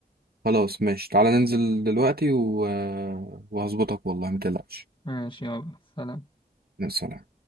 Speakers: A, on the right; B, on the left.
A: خلاص ماشي تعالى ننزل دلوقتي و... آه، وهظبطك والله ما تقلقش
B: ماشي يلا سلام
A: يا سلام